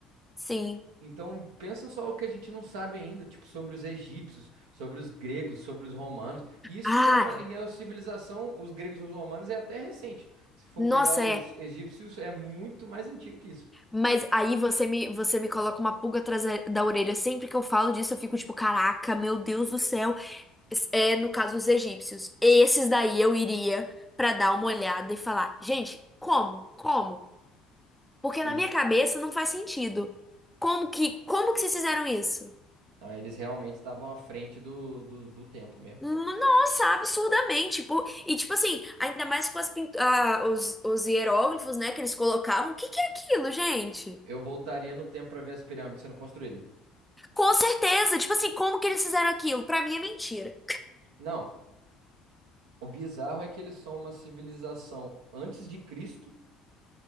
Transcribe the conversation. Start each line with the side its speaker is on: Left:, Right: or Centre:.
Centre: Sim.
Right: Então, pensa só o que a gente não sabe ainda, tipo, sobre os egípcios, sobre os gregos, sobre os romanos. E Isso
Centre: Ah,
Right: é uma, e a civilização, os gregos e os romanos, é até recente. Se for
Centre: nossa,
Right: pegar os
Centre: é.
Right: egípcios, é muito mais antigo que isso.
Centre: Mas aí você me, você me coloca uma pulga atrás da da orelha. Sempre que eu falo disso, eu fico tipo, caraca, meu Deus do céu. Es- É, no caso, os egípcios. Esses daí eu iria pra dar uma olhada e falar, gente, como? Como? Porque
Right: Eles,
Centre: na minha cabeça não faz sentido. Como que, como que vocês fizeram isso?
Right: ah, eles realmente estavam à frente do, do, do tempo mesmo.
Centre: N- Nossa, absurdamente. Tipo, e tipo assim, ainda mais com as pint- ah, os, os hieróglifos, né, que eles colocavam. O que que é aquilo, gente?
Right: Eu voltaria no tempo para ver as pirâmides sendo construídas.
Centre: Com certeza, tipo assim, como que eles fizeram aquilo? Pra mim é mentira.
Right: Não, o bizarro é que eles são uma civilização antes de Cristo,